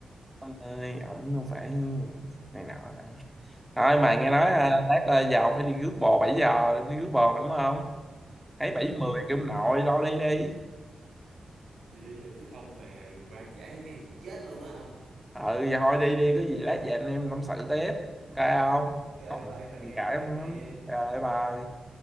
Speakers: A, in the centre; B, on the right (about 85°).
A: Ông ơi ổng không phải này nào nào thôi mà nghe nói
B: <laughs> rồi
A: à, lát à, giờ ông phải đi rước bò 7 giờ đi rước bò mà đúng không thấy
B: ừ,
A: bảy mười
B: giờ
A: kêu
B: tôi
A: ông nội
B: chạy
A: lo đi đi
B: thì đi nè chứ không mà va chạm cái chết luôn á ông
A: ừ dạ thôi đi đi có gì lát về anh em tâm sự tiếp ok không
B: ok
A: còn
B: bye fan
A: chuyện cãi
B: bye
A: không
B: fan
A: lắm ok bye